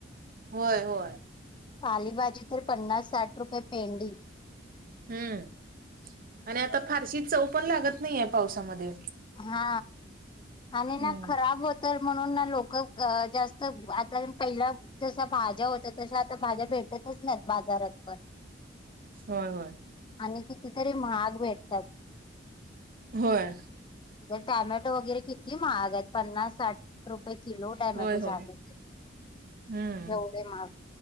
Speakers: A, on the right; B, on the left.
A: होय होय.
B: पालीभजी तर पन्नास साठ रुपये पेंडी
A: हम्म आणि आता फारशी चव पण लागत नाही आहे पावसामध्ये
B: हा आणि
A: हम्म
B: ना खराब होत. तर म्हणून ना लोक जास्त आता पहिला जसा भाज्या होत तस आता भाज्या भेटतच नाहीत बाजारात पण
A: होय होय.
B: आणि किती तरी महाग भेटतात.
A: होय.
B: तर टॅमॅटो वगैरे किती महाग आहेत पन्नास साठ. रुपये किलो टॅमॅटो
A: होय
B: झाले
A: होय हम्म
B: एवढे माग